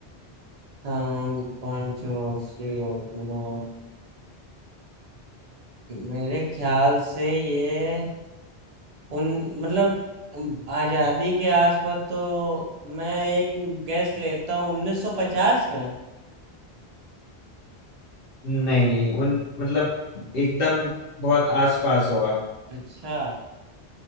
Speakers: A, on the right; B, on the left.
A: प्रथम पंचवर्षीय योजना मेरे ख्याल से ये उन मतलब आजादी के आसपास तो मैं एक गैस लेता हूँ 1950 में
B: नहीं उन मतलब एकदम बहुत आसपास हो आप
A: अच्छा